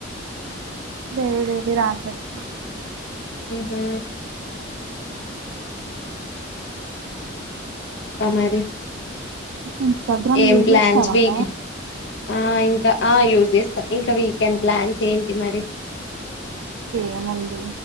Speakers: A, on the right; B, on the left.
A: ేర లేేలి రాక్షస్
B: ఉ హు అ మరి
A: ఇంస్టాగ్రామ్
B: ఏం
A: యూజ్
B: ప్లాన్స్
A: చేస్తావాను
B: వీక్ ఆ ఇంకా ఆ యూజ్ చేస్తాం ఇంకా వీకెండ్ ప్లాన్స్ ఏంటి మరి
A: ఏముంది